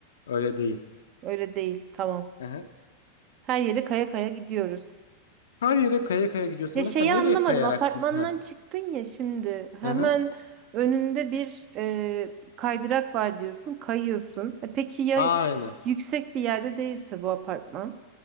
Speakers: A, on the left (about 65°); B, on the right (about 35°).
A: Öyle değil.
B: Öyle değil. Tamam.
A: Hı-hı.
B: Her yere kaya kaya gidiyoruz.
A: Her yere kaya kaya gidiyorsun.
B: Ya şeyi
A: Mesela nereye
B: anlamadım.
A: kayarak
B: Apartmandan
A: gid? Hı.
B: çıktın ya şimdi. Hemen
A: Hı-hı.
B: önünde bir e, kaydırak var diyorsun. Kayıyorsun. E peki ya
A: Aynen.
B: yüksek bir yerde değilse bu apartman?